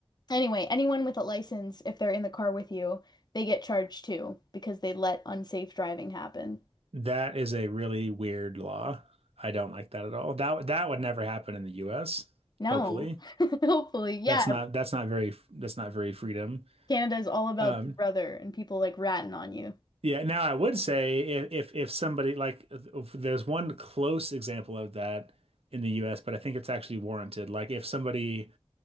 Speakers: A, on the left; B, on the right.
A: anyway, anyone with a license, if they're in the car with you, they get charged too because they let unsafe driving happen.
B: That is a really weird law. I don't like that at all. That that would never happen in the US,
A: No.
B: hopefully.
A: <laughs> Hopefully. Yeah.
B: That's not that's not very that's not very freedom.
A: Canada is all about
B: Um,
A: Big Brother and people like ratting on you.
B: Yeah, now I would say if if, if somebody like if there's one close example of that in the US, but I think it's actually warranted. Like if somebody